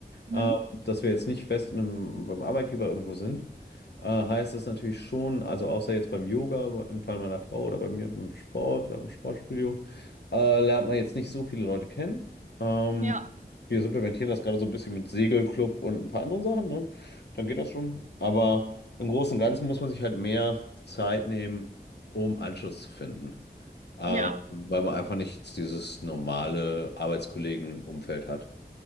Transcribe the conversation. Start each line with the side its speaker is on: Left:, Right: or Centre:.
Right: Mhm.
Left: Ähm, dass wir jetzt nicht fest in einem, beim Arbeitgeber irgendwo sind, äh, heißt das natürlich schon, also außer jetzt beim Yoga, im Fall meiner Frau oder bei mir im Sport oder im Sportstudio, äh, lernt man jetzt nicht so viele Leute kennen. Ähm,
Right: Ja,
Left: wir supplementieren das gerade so ein bisschen mit Segelclub und ein paar anderen Sachen, ne? Dann geht das schon. Aber im Großen und Ganzen muss man sich halt mehr Zeit nehmen, um Anschluss zu finden. Ähm,
Right: ja.
Left: weil man einfach nicht dieses normale Arbeitskollegenumfeld hat.